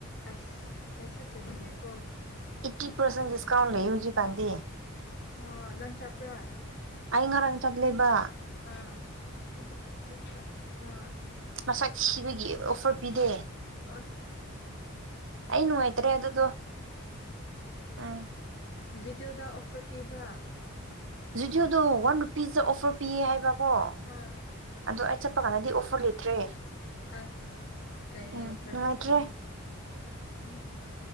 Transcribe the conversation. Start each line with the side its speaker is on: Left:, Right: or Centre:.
Left: ꯑꯁ ꯑꯩꯁꯨ ꯆꯠꯅꯤꯡꯉꯦꯀꯣ
Right: ꯑꯩꯇꯤ ꯄꯔꯁꯦꯟ ꯗꯤꯁꯀꯥꯎꯟ ꯂꯩ ꯍꯧꯖꯤꯛ ꯀꯥꯟꯗꯤ
Left: ꯑꯣ ꯅꯪ ꯆꯠꯄ꯭ꯔꯥ
Right: ꯑꯩ ꯉꯔꯥꯡ ꯆꯠꯂꯦꯕ
Left: ꯑꯥ ꯎꯝ ꯑꯩꯗꯣ ꯑꯥ
Right: ꯃꯁꯛ ꯊꯤꯕꯒꯤ ꯑꯣꯐꯔ ꯄꯤꯗꯦ
Left: <unintelligible>
Right: ꯑꯩ ꯅꯨꯡꯉꯥꯏꯇ꯭ꯔꯦ ꯑꯗꯨꯗꯣ ꯎꯝ
Left: ꯖꯤꯇꯦꯑꯣꯗ ꯑꯣꯐꯔ ꯄꯤꯕ꯭ꯔꯥ
Right: ꯨꯖꯤꯀꯦꯠꯇꯣ ꯋꯥꯟ ꯔꯨꯄꯤꯁꯇ ꯑꯣꯐꯔ ꯄꯤꯌꯦ ꯍꯥꯏꯕꯀꯣ ꯑꯣ
Left: ꯑꯥ
Right: ꯑꯗꯨ ꯑꯩ ꯆꯠꯄ ꯀꯥꯟꯗꯗꯤ ꯑꯣꯐꯔ ꯂꯩꯇ꯭ꯔꯦ
Left: ꯑꯁ ꯀꯔꯤ
Right: ꯎꯝ
Left: ꯑꯣꯐꯔ
Right: ꯅꯨꯡꯉꯥꯏꯇ꯭ꯔꯦ
Left: ꯂꯩꯇꯦꯕ ꯎꯝ